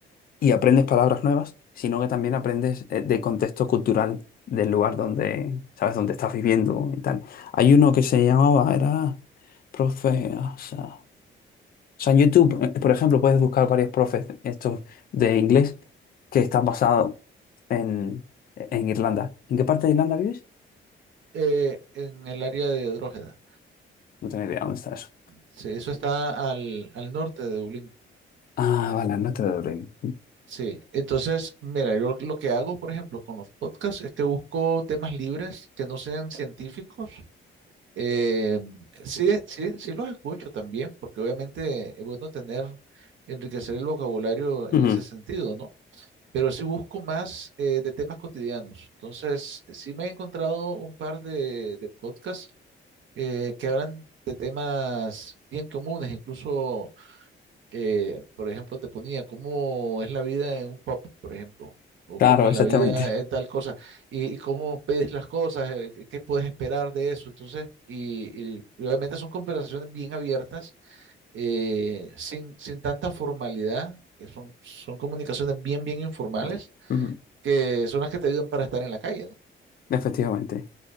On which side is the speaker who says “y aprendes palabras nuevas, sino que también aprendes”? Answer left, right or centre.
Left